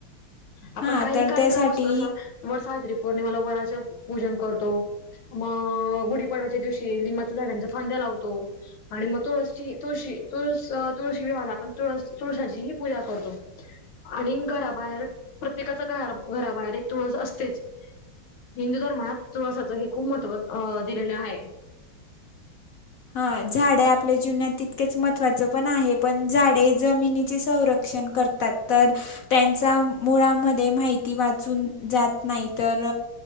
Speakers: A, on the left; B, on the left.
A: आपण
B: हां,
A: काहीही
B: तर
A: कार्यक्रम
B: त्यासाठी
A: असतो अस वड सावित्री पौर्णिमेला वडाच पूजन करतो मग गुढीपाडवाच्या दिवशी लिंबाच्या झाडांच्या फांद्या लावतो आणि मग तुळस तुळशी तुळस तुळशी विवाहाला आपण तुळस तुळसाची ही पूजा करतो आणि घराबाहेर प्रत्येकाच घराबाहेर एक तुळस असतेच हिंदू धर्मात तुळसाच हे खूप महत्त्व दिलेल आहे
B: हा झाडे आपल्या जीवनात तितकेच महत्त्वाचं पण आहे पण झाडे जमिनीचे संरक्षण करतात तात तर त्यांचा मुळामध्ये माहिती वाचून जात नाही तर